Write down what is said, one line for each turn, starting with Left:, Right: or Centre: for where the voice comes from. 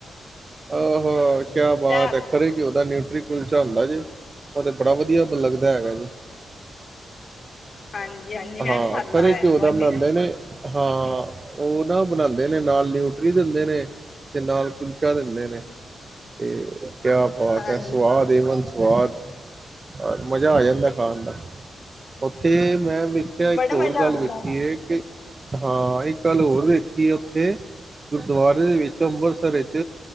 Right: ਆਹਹੋ
Left: ਮਿਲਦਾ
Right: ਕਿਆ ਬਾਤ
Left: ਉੱਥੇ
Right: ਹੈ ਖਰੇ ਕਿ ਉਦਾ <unintelligible> ਨਿਊਟਰੀ ਕੁਲਚਾ ਹੁੰਦਾ ਜੀ ਉਹ ਤੇ ਬੜਾ ਵਧੀਆ ਲੱਗਦਾ ਹੈਗਾ ਜੀ
Left: ਹਾਂਜੀ ਹਾਂਜੀ
Right: ਹਾਂ
Left: ਮੈਂ ਖਾਧਾ
Right: ਖਰੇ
Left: ਹੈ
Right: ਘਿਓ
Left: ਬਹੁਤ
Right: ਦਾ ਬਣਾਉਂਦੇ ਨੇ ਹਾਂ ਉਹ ਨਾ ਬਣਾਉਦੇ ਨੇ ਨਾਲ ਨਿਊਟਰੀ ਦਿੰਦੇ ਨੇ ਤੇ ਨਾਲ ਕੁਲਚਾ ਦਿੰਦੇ ਨੇ ਤੇ ਕਿਆ ਬਾਤ
Left: ਹਾਂਜੀ।
Right: ਹੈ ਸਵਾਦ ਏਵਨ ਸਵਾਦ ਮਜ਼ਾ ਆ ਜਾਂਦਾ ਖਾਣ ਦਾ ਉੱਥੇ ਮੈਂ ਵੇਖਿਆ ਇੱਕ
Left: ਬੜਾ
Right: ਹੋਰ
Left: ਮਜ਼ਾ
Right: ਗੱਲ
Left: ਆਉਂਦਾ
Right: ਵੇਖੀ ਏ ਕਿ ਹਾਂ ਇੱਕ ਗੱਲ ਹੋਰ ਦੇੇਖੀ ਹੈ ਉੱਥੇ ਗੁਰਦੁਆਰੇ ਦੇ ਵਿੱਚ ਅੰਬਰਸਰ ਵਿੱਚ